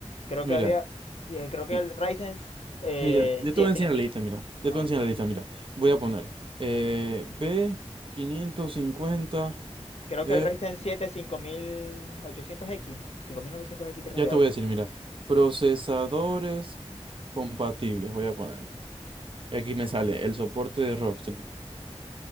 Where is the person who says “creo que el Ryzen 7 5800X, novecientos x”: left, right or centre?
Left